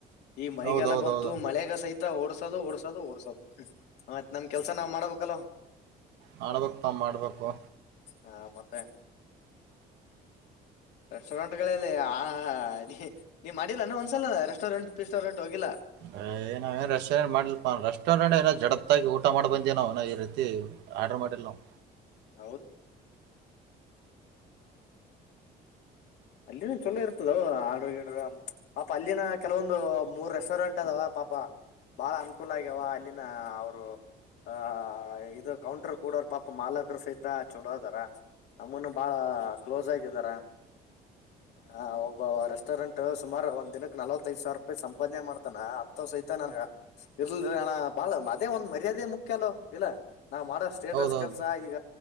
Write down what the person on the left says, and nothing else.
ಈ ಮೈಗೆಲ್ಲ
ಬಂತು ಮಳೆಾಗ ಸೈತ ಮತ್ತೆ ಓಡ್ಸೋದು ಓಡ್ಸೋದು ಓಡ್ಸೋದು ಆತ್ ನಮ್ ಕೆಲ್ಸ ನಾವ್ ಮಾಡ್ಬೇಕಲ್ಲ.
ಹಾ ಮತ್ತೆ. ರೆಸ್ಟೋರೆಂಟ್ ಗಳಲ್ಲಿ ಆ ನೀನ್ ನೀ ಮಾಡಿಲ್ಲಾನ ಒಂದ್ಸಲ ರೆಸ್ಟೋರೆಂಟ್ ಪಿಸ್ಟೋರೆಂಟ್. ಹೋಗಿಲ್ಲ
<unintelligible> ಅಲ್ಲಿನ ಚೊಲೋ ಇರ್ತದವೂ. ಆರ್ಡ್ರ ಗಿಡ ಪಾಪ ಅಲ್ಲಿನ ಕೆಲವೊಂದು ಮೂರ್ ರೆಸ್ಟೋರೆಂಟ್ ಅದಾವ ಪಾಪ ಬಾಳ ಅನುಕೂಲ ಆಗ್ಯಾವ ಅಲ್ಲಿನ ಅವರು. ಹ ಇದು ಕೌಂಟರ್ ಕೂಡರ್ ಪಾಪ ಮಾಲಕ್ ಸಹಿತ ಚಲೋದಾರ ನಮ್ಮನು ಬಾಳ ಕ್ಲೋಸ್ ಆಗಿದಾರ. ಹ ಒಬ್ಬ ರೆಸ್ಟೋರೆಂಟ್ ಸುಮಾರು ಒಂದ್ ದಿನಕ್ಕೆ ನಲವತ್ತೈಐದ ಸಾವಿರ ರೂಪಾಯಿ ಸಂಪಾದನೆ ಮಾಡ್ತಾನ ಅಂತ. ಸಹಿತ ನನ್ಗ ಇರ್ಲಲ್ ಅಣ ಬಾಳ ಅದೇ ಒಂದ್ ಮರ್ಯಾದೆ ಮುಖ್ಯ ಅಲ್ಲೋ ಇಲ್ಲ. ನಾವ್ ಮಾಡೋ ಸ್ಟೇಟಸ್
ಕೆಲ್ಸ ಈಗ,